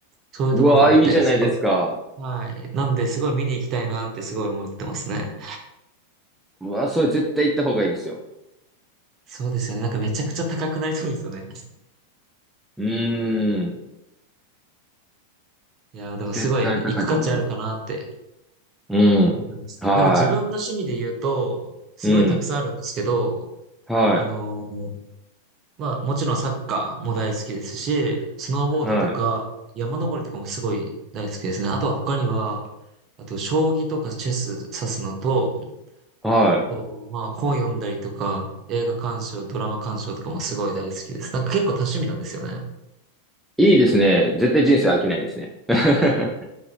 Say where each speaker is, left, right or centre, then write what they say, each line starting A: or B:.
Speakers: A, on the right (about 35°); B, in the centre.
A: そういうところもあって、
B: うわー、いいじゃないですか。
A: すごい。はい。なんで、すごい見に行きたいなってすごい思ってますね。
B: うわー、それ絶対行った方がいいですよ。
A: そうですよね。なんかめちゃくちゃ高くなりそうですよね。
B: うーん。
A: いやー、でもすごい行く価値あるかなって
B: 絶対高いと思います。うん。
A: 思います。
B: は
A: なんか自分の趣味で言うと、すごいたくさんあるんですけど、
B: い。うん。はい。
A: あのーまあもちろんサッカーも大好きですし、スノーボードとか山登りとかもすごい大好きですね。
B: はい。
A: あとは他には、あと将棋とかチェス指すのと、
B: は
A: あと、まあ、本読んだりとか、映画鑑賞、ドラマ鑑賞とかもすごい大好きです。なんか結構多趣味なんですよね。
B: い。いいですね。絶対人生飽きないですね。<laughs>